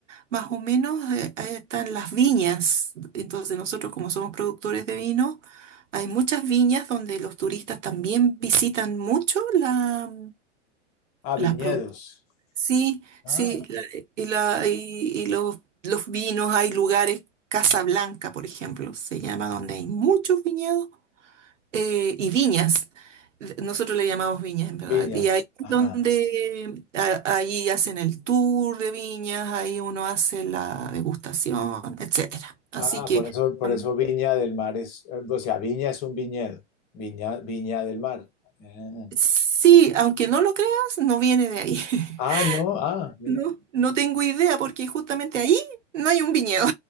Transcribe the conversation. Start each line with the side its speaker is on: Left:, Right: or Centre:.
Right: más o menos, eh, ahí están las viñas. Entonces nosotros como somos productores de vino, hay muchas viñas donde los turistas también visitan mucho la,
Left: Ah,
Right: las
Left: viñedos.
Right: produ- Sí,
Left: Ah,
Right: sí, la- y, la, y, y los, los vinos, hay lugares, Casa Blanca, por ejemplo, se llama, donde hay muchos viñedos eh, y viñas. Nosotros le llamamos viñas, en verdad.
Left: viñas.
Right: Y ahí es
Left: Ajá.
Right: donde a- ahí hacen el tour de viñas, ahí uno hace la degustación, etcétera. Así
Left: Ah,
Right: que
Left: por eso, por
Right: mm,
Left: eso Viña del Mar es, eh, o sea, Viña es un viñedo. Viña, Viña del Mar. Ah.
Right: sí, aunque no lo creas, no viene de ahí. <laughs>
Left: Ah, no, ah, mira,
Right: No, no tengo idea porque justamente ahí no hay un viñedo.